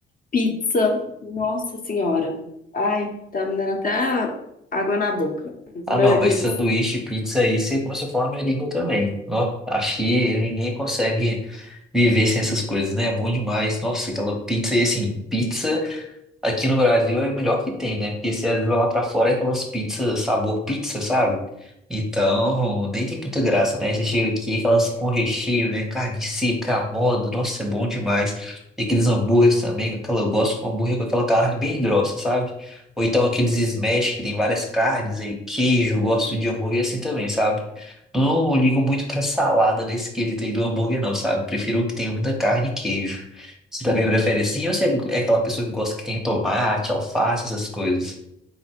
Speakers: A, on the left (about 45°); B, in the centre.
A: Pizza, nossa senhora. Ai, tá me dando até água na boca.
B: Ah,
A: Nuggets.
B: não, mas sanduíche, pizza aí, você começou a falar minha língua também. Ó, acho que ninguém consegue viver sem essas coisas, né? É bom demais. Nossa, aquela pizza e assim, pizza. Aqui no Brasil é o melhor que tem, né? Porque você às vezes vai lá pra fora é aquelas pizzas, sabor pizza, sabe? Então, nem tem muita graça, né? Você chega aqui, aquelas com recheio, né? Carne seca, à moda, nossa, é bom demais. E aqueles hambúrgueres também, com aquela, eu gosto com hambúrguer com aquela carne bem grossa, sabe? Ou então aqueles smash que tem várias carnes aí, queijo, eu gosto de hambúrguer assim também, sabe? Não ligo muito pra salada nesse quesito aí do hambúrguer, não, sabe? Prefiro que tenha muita carne e queijo. Você também prefere assim ou você é aquela pessoa que gosta que tem tomate, alface, essas coisas?